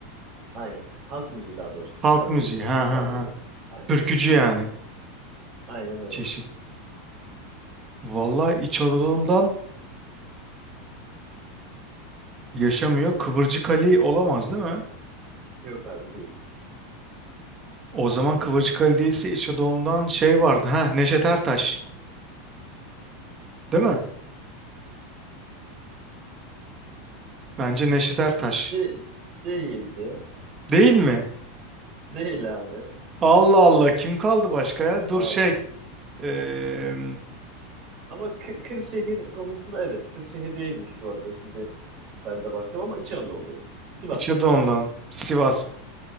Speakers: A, on the right; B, on the right.
A: Aynen. Halk müziği daha doğrusu. Türk
B: Halk
A: halk
B: müziği.
A: müziği desem
B: Ha ha
A: daha doğru
B: ha.
A: olur. Aynen.
B: Türkücü yani.
A: Aynen öyle.
B: Çeşit. Vallahi İç Anadolu'dan yaşamıyor. Kıvırcık Ali olamaz değil mi?
A: Yok abi değil.
B: O zaman Kıvırcık Ali değilse İç Anadolu'dan şey vardı. Ha Neşet Ertaş. Değil mi? Bence Neşet Ertaş.
A: De değildi.
B: Değil mi?
A: Değil abi.
B: Allah Allah kim kaldı başka ya?
A: Valla.
B: Dur şey eee
A: Ama Kı- Kırşehir konusunda evet. Kırşehir değilmiş bu arada. Şimdi ben de baktım ama İç Anadolu'da yine. Sivaslı.
B: İç Anadolu'dan Sivas.